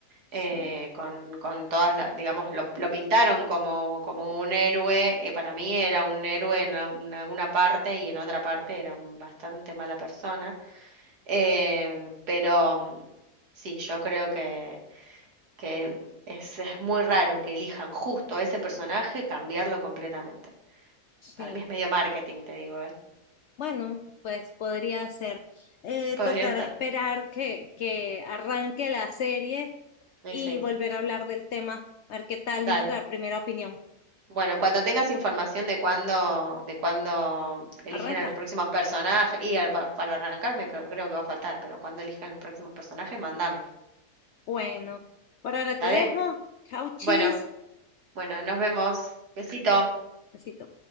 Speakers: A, on the left (about 65°); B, on the right (about 80°).
A: sí,
B: eh, con, con todas, la- digamos, lo, lo pintaron como, como un héroe, eh, para mí era un héroe en, al- en alguna parte y en otra parte era un bastante mala persona Em, pero mm, sí, yo creo que, que es, es muy raro que elijan justo a ese personaje, cambiarlo completamente.
A: sí.
B: Para mí es medio marketing, te digo, ¿eh?
A: Bueno, pues podría ser. Eh,
B: <laughs> Podría
A: tocará
B: ser.
A: esperar que, que arranque la serie
B: Y
A: y
B: sí,
A: volver a hablar del tema, a ver qué tal
B: dale.
A: nuestra primera opinión.
B: Bueno, cuando tengas información de cuándo, de cuándo eligen
A: ¿Arranca?
B: a los próximos personajes, y al- pa- para arrancarme creo, creo que va a faltar, pero cuando eligen los próximos personajes, mandame.
A: Bueno, por ahora
B: ¿Dale?
A: te dejo. Chau, chis.
B: Bueno, bueno, nos vemos. Besito.
A: Besito.